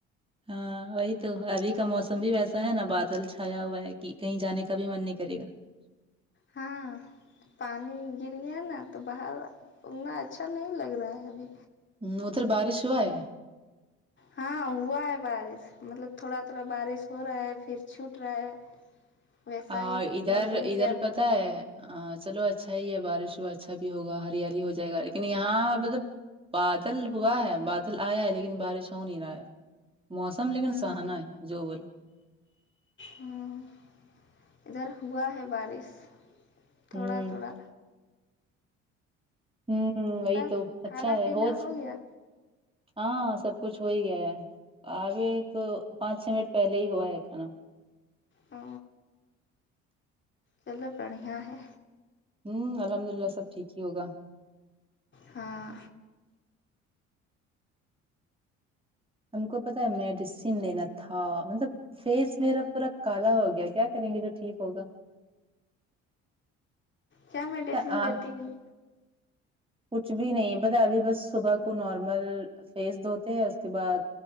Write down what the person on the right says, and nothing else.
ہاں وہی تو ابھی کا موسم بھی ویسا ہے نا بادل چھایا ہوا ہے کی کہیں جانے کا بھی من نہیں کرے گا
ہ اتھر بارش ہوا ہے
ہ
ادھر
ادھر
پتہ
ہے ہاں چلو اچھا ہی ہے بارش ہوا اچھا بھی ہوگا ہریالی ہو جائے گا لیکن یہاں مطلب بادل ہوا ہے بادل آیا ہے لیکن بارش ہو نہیں رہا ہے موسم لیکن
سہانا ہے جو بول
ہوں
ہوں وہی
تو اچھا
ہے
ہو
ہاں سب کچھ ہو ہی گیا ہے آگے تو پانچ چھ منٹ پہلے ہی ہوا ہے کھانا
ہوں الحمد للہ سب ٹھیک ہی ہوگا
ہم کو پتا ہے میڈیسین لینا تھا مطلب فیس میرا پورا کالا ہو گیا کیا کریں گے جو ٹھیک ہوگا
آ-
کچھ بھی نہیں بتا ابھی بس صبح کو نارمل فیس دھوتے ہیں اس کے بعد